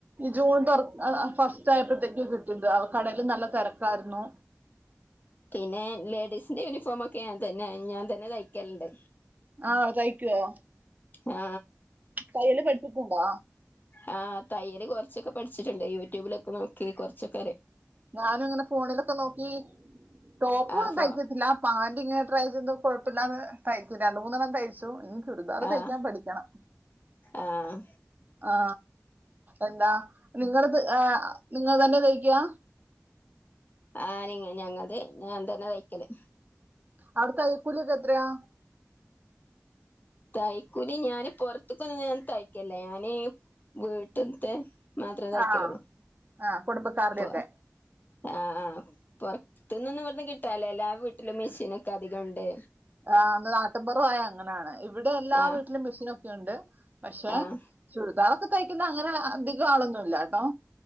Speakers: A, on the right; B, on the left.
A: ജൂൺ തുറ ഫസ്റ്റ് ആയപ്പോഴത്തേക്ക് കിട്ടിയത് കടേൽ നല്ല തിരക്കായിരുന്നു
B: പിന്നെ ലേഡീസിന്റെ യൂണിഫോം ഒക്കെ ഞാൻ തന്നെ ഞാൻ തന്നെ തയ്ക്കലുണ്ട്
A: ആ തയ്ക്കുവോ
B: ആ
A: തയ്യല് പഠിച്ചിട്ടുണ്ടോ
B: ആ തയ്യല് കുറച്ചൊക്കെ പഠിച്ചിട്ടുണ്ട് യൂട്യൂബിലൊക്കെ നോക്കി നോക്കി കുറച്ചൊക്ക
A: ഞാനിങ്ങനെ ഫോണിലൊക്കെ നോക്കി ടോപ്പ്
B: ആഫോ
A: ഒന്നും തയ്ക്കത്തില്ല പാന്റ് ഇങ്ങനെ ട്രൈ ചെയ്ത് കൊഴപ്പില്ലാതെ തയ്ക്കും രണ്ട് മൂന്നെണ്ണം തയ്ച്ചു തൈച്ചു ഇനി ചുരിദാറ്
B: ആഹ്
A: തയിക്കാൻ പഠിക്കണം
B: ആഹ്
A: ആ എന്താ നിങ്ങത് നിങ്ങൾ തന്നെ തയ്ക്കുവ
B: ആ ഞങ്ങളുടെ ഞാൻ തന്നെ തയ്ക്കല്
A: അവിടെ തൈയ്യ കുലിയക്കെത്രയാ
B: തയ്ക്കൂലി ഞാന് പൊറത്തുക്കൊന്നും ഞാൻ തയ്ക്കലില്ല ഞാന് വീട്ട്ത്തെ മാത്രേ തയ്ക്കലുള്ളൂ
A: ആഹ് ആഹ് കുടുംബക്കാരുടെയൊക്കെ
B: ഇപ്പ ആ ആ പൊറത്തുന്നൊന്നും ഇവിടുന്ന് കിട്ടാല്ല എല്ലാ വീട്ടിലും മെഷീനൊക്കെ അധികം ഉണ്ട്
A: ആ നാട്ടിൻപുറായ അങ്ങനെയാണ് ഇവിടെ എല്ലാ
B: ആഹ്
A: വീട്ടിലും മിഷിനൊക്കെയുണ്ട് പക്ഷെ
B: ആഹ്
A: ചുരിദാറക്കെ തയ്ക്കുന്ന അങ്ങനെ അധികം ആളൊന്നും ഇല്ലട്ടോ